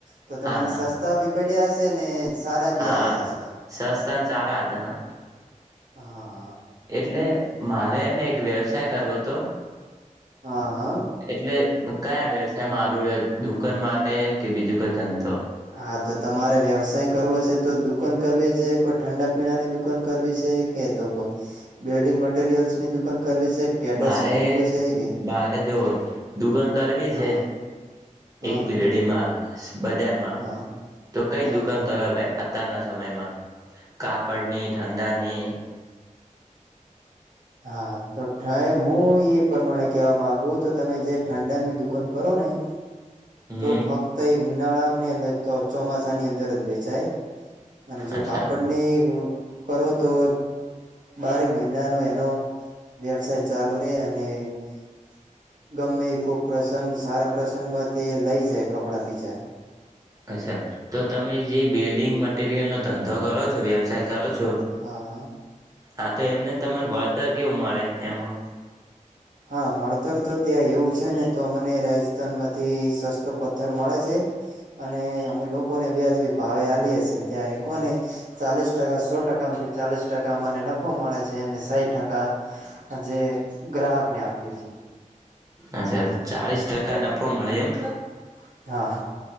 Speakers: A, on the right (about 75°); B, on the right (about 25°).
A: તો તમને
B: હા હા
A: સસ્તા બી પડિયાશે ને સારા ભી
B: હા
A: આયા હશે
B: સસ્તા ન ચારા હતા હા.
A: હા.
B: એટલે મારેને એક વ્યવસાય કરવો તો
A: હા હા
B: એટલે કયા વ્યવસાય મારું દુકાન માટે કે બીજું ગથંતો.
A: હા, તો તમારે વ્યવસાય કરવો છે તો દુકાન કરવી છે કોઈ ઠંડા પીણાની દુકાન કરવી છે કે તો કોઈ બિલ્ડિંગ મટરિયલ્સની દુકાન કરવી છે ટ્રેડર્સ
B: મારે
A: ખોલવું છે કે
B: મારે જો દુગન કરવી
A: હા
B: છે,
A: હા હા
B: એક ભીલડીમાં બજારમાં
A: હા
B: તો
A: હમ
B: કઈ દુકાન
A: હમ
B: કરાવરા અત્યારના સમયમાં કાપડની ધંધાની.
A: હા તો થાય, હું એ પ્રમાણે કહેવા માગુ તો તમે જે ઠંડા ની દુકાન કરો ને,
B: હમ
A: તો ફક્ત એ ઉનાળાને અંદર તો ચોમાસાની અંદર જ વેચાયાય અને જો
B: અચ્છા
A: કાપડને કરો, તો બારે મહિના નો તો વ્યવસાય ચાલુ રેય અને <inaudible> ગમે એક કો પ્રસંગ સારા પ્રસંગમાં તે લઈ જાય કપડા બીજા
B: અચ્છા, તો તમે જે બિલ્ડિંગ મટીરિયલ નો ધંધો કરો છો, વ્યવસાય કરો છો
A: હા હા
B: હા તો એમને તમને વળતર કેવું મળે એમાં
A: હા <inaudible> વળતર તો ત્યાં એવું છે, ને તો મને રાજસ્થાનમાં થી સસ્તો પથ્થર મળે છે, અને અમે લોકો લોકો ને વ્યાજબી ભાવે અલીયે છીએ. ત્યારે કોને ચાલે ટકા સો ટકામ ચાલીસ ટકા મને નફો મળે છે, અને સાહીટ ટકા હ જે ગ્રાહક ને આપીએ છીએ,
B: અચ્છા તો ચાળીસ ટકા
A: <inaudible>
B: નફો મળે એમ
A: હા